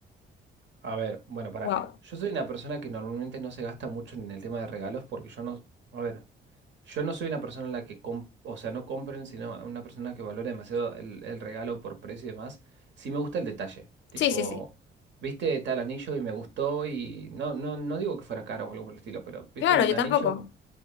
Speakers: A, on the right; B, on the left.
A: a ver, bueno, para.
B: wow.
A: Yo soy una persona que normalmente no se gasta mucho en el tema de regalos porque yo no, a ver, yo no soy una persona en la que, com- o sea, no compren, sino una persona que valora demasiado el, el regalo por precio y demás. Sí me gusta el detalle, tipo,
B: Sí, sí, sí.
A: viste, está el anillo y me gustó y no, no, no digo que fuera caro o algo por el estilo, pero viste
B: Claro,
A: un
B: yo
A: anillo,
B: tampoco.